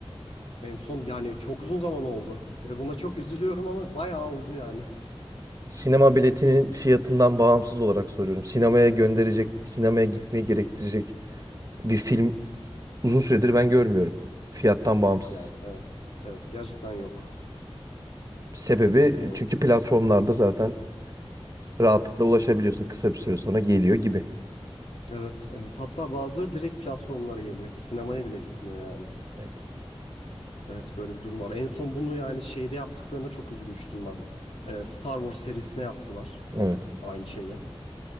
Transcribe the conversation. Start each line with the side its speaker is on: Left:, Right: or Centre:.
Left: En son yani çok uzun zaman oldu ve buna çok üzülüyorum ama bayağı oldu yani.
Right: Sinema biletinin fiyatından bağımsız olarak soruyorum. Sinemaya gönderecek, sinemaya gitmeyi gerektirecek bir film uzun süredir ben görmüyorum. Fiyattan
Left: Yok
Right: bağımsız.
Left: yani evet. Evet gerçekten yok.
Right: Sebebi
Left: Cidden yok.
Right: çünkü platformlarda zaten rahatlıkla ulaşabiliyorsun. Kısa bir süre sonra geliyor gibi.
Left: Evet evet hatta bazıları direkt platformlara geliyor. Hiç sinemaya bile gitmiyor yani.
Right: Evet.
Left: Evet böyle bir durum var. En son bunu yani şeyde yaptıklarında çok üzülmüştüm ben. Ee, Star Wars serisine yaptılar
Right: evet.
Left: aynı şeyi.